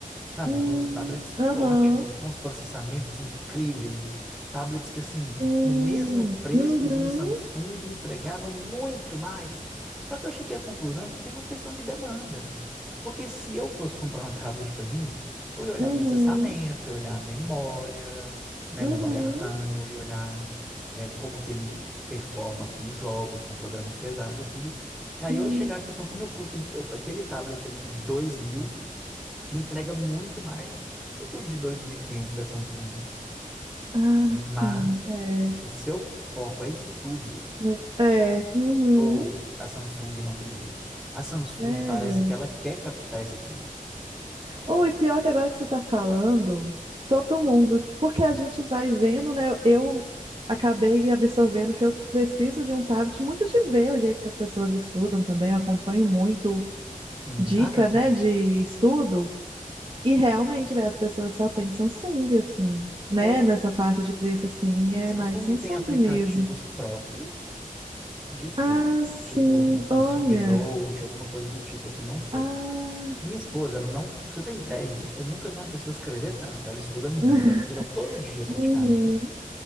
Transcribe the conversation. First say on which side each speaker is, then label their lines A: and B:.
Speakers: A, in the centre; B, on the right.
A: sabe?
B: Hum,
A: De uns tablets
B: Aham.
A: ótimos, com uns processamentos incríveis. Tablets que, assim,
B: Hum,
A: no mesmo preço
B: Uhum.
A: de um Samsung, entregava muito mais. Só que eu cheguei à conclusão que tem uma questão de demanda. Porque se eu fosse comprar um <laughs> tablet para mim, eu ia olhar
B: Uhum.
A: processamento, eu ia olhar memória, né?
B: Uhum.
A: Memória RAM, eu ia olhar eh, como que ele performa com os jogos, com programas pesados e tudo. E aí
B: Hum.
A: eu ia chegar à questão que o meu custo, eh, aquele tablet ali de dois mil, me entrega muito mais do que o de 2.500 da Samsung.
B: Ah,
A: Mas,
B: sim. É.
A: se o seu foco é estudo,
B: Meu, f- é. Uhum.
A: ou a Samsung não tem jeito. A Samsung
B: Sério.
A: parece que ela quer captar esse público.
B: Ou e pior que agora que você tá falando, todo mundo, porque a gente vai vendo, né? Eu acabei absorvendo que eu preciso de um tablet muito de ver o jeito que as pessoas estudam também. Eu acompanho muito
A: Sim,
B: dica,
A: ah não.
B: né, de estudo. E realmente, velho, as pessoas só têm Samsung, assim, né?
A: É,
B: Nessa faixa de preço, assim, é
A: Samsung
B: mais Samsung
A: tem aplicativos
B: mesmo.
A: próprios de estudo.
B: Ah, sim,
A: Tipo Samsung
B: olha.
A: Note, alguma coisa do tipo assim, não sei.
B: Ah,
A: Minha esposa, ela não, pra você ter ideia, eu nunca vi uma pessoa escrever tanto. Ela estuda muito,
B: <laughs>
A: ela estuda todo dia praticamente.
B: uhum.